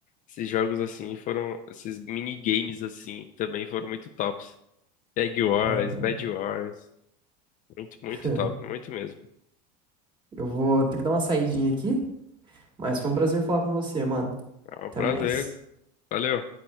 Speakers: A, on the left; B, on the right.
A: Esses jogos assim foram. Esses minigames assim também foram muito tops. Egg Wars,
B: Aham.
A: Bad Wars. Muito, muito
B: <laughs>
A: top, muito mesmo.
B: Eu vou ter que dar uma saidinha aqui, mas foi um prazer falar com você, mano.
A: É um
B: Até
A: prazer.
B: mais.
A: Valeu.